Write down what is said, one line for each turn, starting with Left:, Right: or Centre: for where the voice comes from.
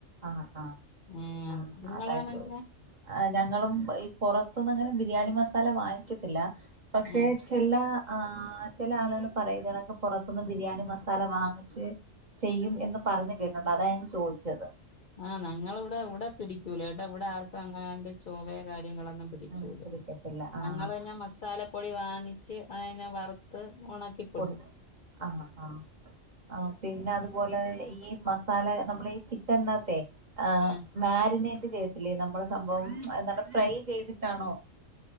Right: ആഹ് ആഹ്
Left: മ്മ്
Right: ആഹ്
Left: നിങ്ങളാണെങ്കിലാ
Right: അതാ ചോദിച്ച ആഹ് ഞങ്ങളും ഈ പുറത്ത്ന്നങ്ങന ബിരിയാണി മസാല വാങ്ങിക്കത്തില്ല പക്ഷേ
Left: ആഹ്
Right: ചെ ചെല്ല ആഹ് ചെല ആളുകള് പറയു ഇത്കണകക്ക് പുറത്തുന്ന് ബിരിയാണി മസാല വാങ്ങിച്ച് ചെയ്യും എന്ന് പറഞ്ഞ് കേട്ട്ട്ടൊണ്ട് അതാ ഞാൻ ചോയിച്ചത്
Left: ആഹ് ഞങ്ങളിവിട ഇവിട പിടിക്കൂലേട്ടാ ഇവിട ആർക്കും അങ്ങന ആയിന്റ ചൊവയ കാര്യങ്ങളൊന്നും പി ടിക്കൂല
Right: ഉം പിടിക്കത്തില്ല ആഹ്
Left: ഞങ്ങള് ന്നെ മസാലപ്പൊടി വാങ്ങിച്ച് അയിനെ വറുത്ത് ഒണക്കി
Right: പ്പോണ് ആഹ് ആഹ് ആഹ് പിന്നെ അത് അത് പോലെ ഈ മസാല നമ്മള് ഈ ചിക്കൻ ന്നായ്ത്
Left: ആഹ്
Right: മാരിനേറ്റ് ചെയ്ത്തില്ലേ നമ്മള് സംഭവം ഫ്രൈ ചെയ്തിട്ടാണോ